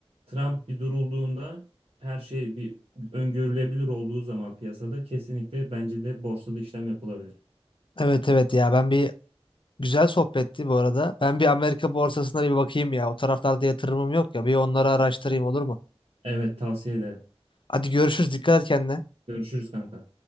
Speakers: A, on the right; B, on the left.
A: Trump bir durulduğunda her şey bir öngörülebilir olduğu zaman piyasada kesinlikle bence de borsada işlem yapılabilir.
B: Evet evet ya ben bir güzel sohbetti bu arada. Ben bir Amerika borsasına bir bakayım ya. O taraflarda yatırımım yok ya. Bir onları araştırayım olur mu?
A: Evet tavsiye ederim.
B: Hadi görüşürüz. Dikkat et kendine.
A: Görüşürüz kanka.